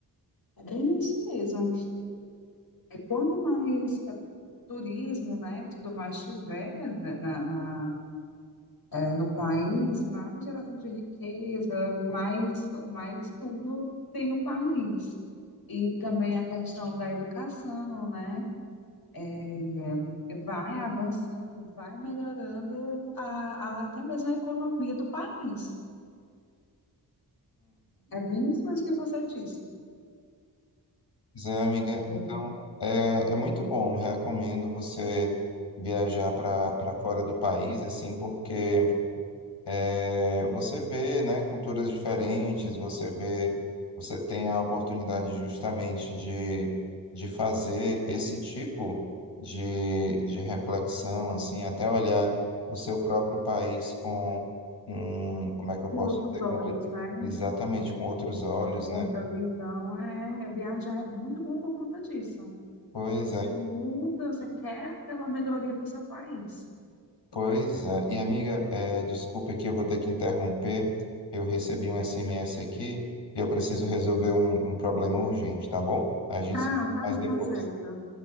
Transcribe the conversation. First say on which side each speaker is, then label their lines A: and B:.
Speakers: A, on the left (about 60°); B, on the left (about 80°).
A: é bem isso mesmo. É, quanto mais é, turismo, né, tudo mais tiver né, na, na- é, no país, mais geração de riqueza, mais, mais tudo tem o país. E também a questão da educação, né, é, vai avançando, vai melhorando a, a- até mesmo a economia do país. É bem isso mesmo que você disse.
B: Pois é, amiga.
A: Com
B: Então, é, é muito bom. Recomendo você viajar para para fora do país, assim, porque é, você vê, né, culturas diferentes, você vê, você tem a oportunidade justamente de, de fazer esse tipo de, de reflexão, assim, até olhar o seu próprio país com um, como é que eu posso
A: outros
B: dizer,
A: olhos,
B: com,
A: né,
B: exatamente com outros olhos,
A: com
B: né?
A: outra visão, é, viajar é muito bom por conta disso.
B: Pois
A: Você
B: é.
A: muda, você quer aquela melhoria para o seu país.
B: Pois é. E amiga, é, desculpa que eu vou ter que interromper. Eu recebi um SMS aqui e eu preciso resolver um, um problema urgente, tá bom? A gente
A: Ah,
B: se fala
A: tá,
B: mais depois.
A: tá certo.